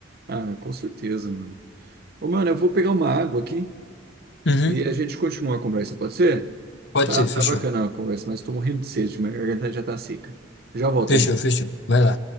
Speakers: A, on the right; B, on the left.
A: Ah, com certeza, mano. Ô, mano, eu vou pegar uma água aqui
B: Uhum.
A: e a gente continua a conversa, pode ser?
B: Pode
A: Tá,
B: ser,
A: tá
B: fechou.
A: bacana a conversa, mas tô morrendo de sede, minha garganta já tá seca. Já volto
B: Fechou,
A: aí.
B: fechou. Vai lá.